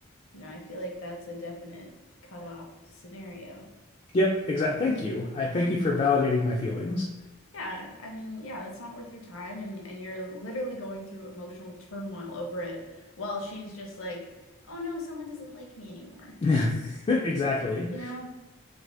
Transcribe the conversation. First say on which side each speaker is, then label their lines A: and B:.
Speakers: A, on the left; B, on the left.
A: No, I feel like that's a definite cutoff scenario.
B: Yep, exactly. Thank you. I thank
A: <laughs>
B: you for validating my feelings.
A: Yeah, I mean, yeah, that's not worth your time and and you're literally going through emotional turmoil over it while she's just like, "Oh no, someone doesn't like me anymore."
B: <laughs> Exactly.
A: You know?